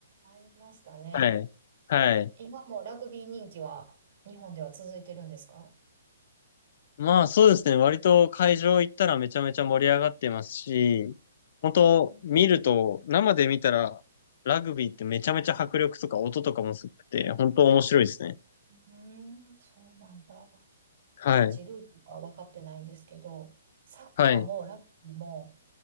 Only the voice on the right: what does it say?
ありましたね。
今もラグビー人気は日本では続いてるんですか
うーん、う
ーんそうなんだ。
いまいちルールは分かってないんですけど、サッカーもラグビーも、